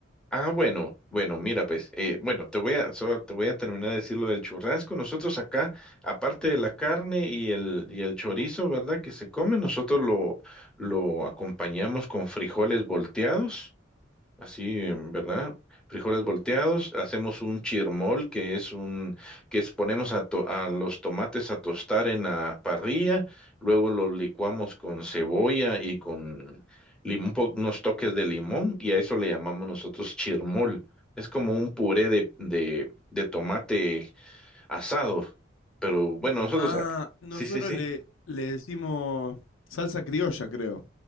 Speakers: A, in the centre; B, on the left.
A: ah, bueno, bueno, mira, pues, eh, bueno, te voy a, solo te voy a terminar de decir lo del churrasco. Nosotros acá, aparte de la carne y el, y el chorizo, ¿verdad? Que se come, nosotros lo, lo acompañamos con frijoles volteados Así, em, ¿verdad? Frijoles volteados, hacemos un chirmol, que es un, que es, ponemos a, to- a los tomates a tostar en la parrilla, luego los licuamos con cebolla y con lim- un po- unos toques de limón, y a eso le llamamos nosotros chirmol. Es como un puré de, de, de tomate asado, pero bueno, nosotros,
B: Ah,
A: aquí-
B: nosotros
A: sí, sí, sí.
B: le, le decimos salsa criolla, creo.